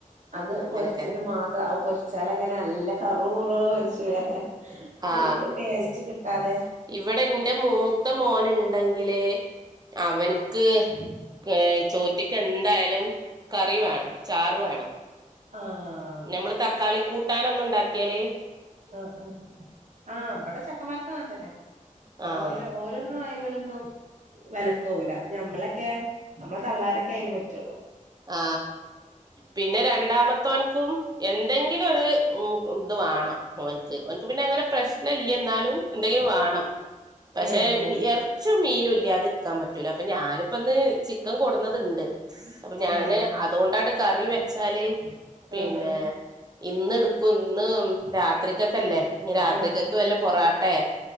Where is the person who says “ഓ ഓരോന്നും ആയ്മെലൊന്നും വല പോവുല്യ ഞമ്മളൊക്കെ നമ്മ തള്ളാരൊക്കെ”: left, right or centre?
Right